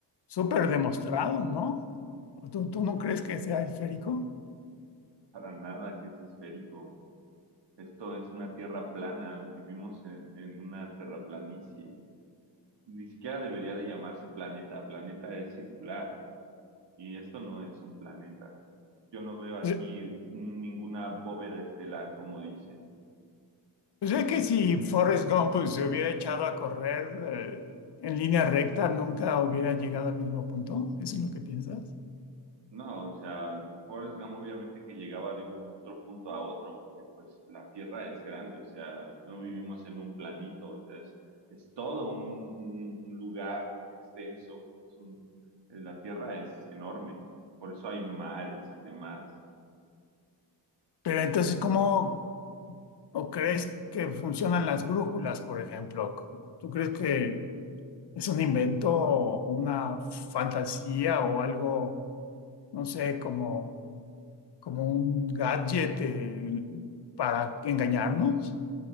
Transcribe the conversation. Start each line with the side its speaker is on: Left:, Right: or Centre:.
Left: súper demostrado, ¿no? ¿Tú, tú no crees que sea esférico?
Right: Para nada que es esférico. Esto es una tierra plana, vivimos en, en una terraplanicie. Ni siquiera debería de llamarse planeta, planeta es circular y esto no es un planeta. Yo no veo aquí
Left: Pues
Right: ninguna bóveda estelar como dicen.
Left: pues es que si Forrest Gump pues, se hubiera echado a correr eh, en línea recta, nunca hubiera llegado al mismo punto. ¿Eso es lo que piensas?
Right: No, o sea, Forrest Gump obviamente que llegaba de un otro punto a otro, porque pues la Tierra es grande, o sea, no vivimos en un planito, o sea, es, es todo un, un- un lugar extenso, es un- eh, la Tierra es enorme, por eso hay mares y demás.
Left: Pero entonces, ¿cómo o crees que funcionan las brújulas, por ejemplo? ¿Tú crees que es un invento o una fantasía o algo, no sé, como... como un gadget eh, para engañarnos.